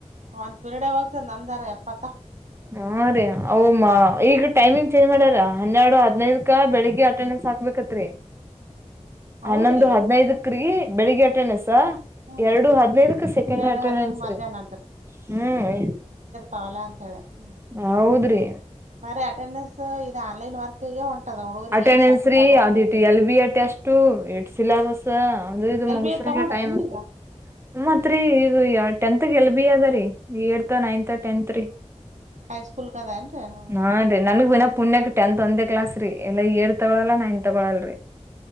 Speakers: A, on the right (about 80°); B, on the right (about 20°).
A: ಒಂದ್ ಪಿರೀಡೆ ಹೋಗ್ತ ನಮ್ದಾರ ಎಪ್ಪತ್ತ.
B: ಹಾ ರೀ ಅ್ಮ್ಮ ಈಗ ಟೈಮಿಂಗ್ ಚೇಂಜ್ ಮಾಡ್ಯಾರ ಹನ್ನೆರಡು ಹದ್ೈದಕ ಬೆಳಿಗ್ಗೆ ಅಟೆಂಡೆನ್ಸ್ ಹಾ. ಹ ಬತ್ರಿ.
A: <inaudible> ಹೌದ್ರಿ
B: ಹನ್ನೊಂದು ಹದ್ಿನೈದಕ್ರಗ ಬೆಳಿಗ್ಗೆ ಅಟೆಂಡೆನ್ಸ್.
A: ಹ್ಮ್
B: ಎರಡು
A: ಹ್ಮ್
B: ಹದ್ಿನೈದಕ್ ಸೆಕೆಂಡ್
A: ಎರಡು
B: ಅಟೆಂಡೆನ್ಸ್
A: ಹದಿನೈದು ಮಧ್ಯಾಹ್ನ
B: ರೀ ಹ್ಮ್.
A: ತವಲ್ಲಾ ಅಂತ ಹೇಳಿ ಹ್ಮ.
B: ಹೌದ್ರಿ.
A: ಮರ ಅಟೆಂಡೆನ್ಸ್ ಇ ಆನ್ಲೈನ್ ವರ್ಕ್ಗೆ ಹೊಂಟದ ಹುಡುಗ್ರ
B: ಅಟೆಂಡೆನ್ಸ್
A: ಏನ್ ಕಸದಗವಲ್
B: ರೀ ಅದಿಟ್
A: ಏನಿಲ್ಲ.
B: ಎಲ್ ಬಿ ಅಟ್ಟೆ ಅಷ್ಟು ಇ ಶಿಲಾಬಸ ಅದು ಇದು
A: ಎಲ್
B: ಮುಗಸರಾಗ
A: ಬಿ ಎಡ್ ತಗೊಂಡ್ರೇನ್
B: ಟೈಮ್ ಆಗ್ತದೆ.
A: ಈಗ
B: ಮತ್ರಿ ಈಗ ಟೆಂತ್ಗೆ ಎಲ್ ಬಿ ಅದರಿೀ. ನೈತ ಟೆಂತ್ ರಿ.
A: ಹೈಸ್ಕೂಲ್ಕ್ ಅದೇನ್ರಿ ಹ್ಮ್
B: ನನ್ಗ್
A: ಹ್ಮ್
B: ವಿನ ಪುಣ್ಯಕ್ ಟೆಂತ್ ಒಂದೇ ಕ್ಲಾಸ್ ರೀ ಎಲ್ಲ ಏಳ್ ತಗಳಲ್ಲ ನೈನ್ ತಗೊಳಲ್ರಿ.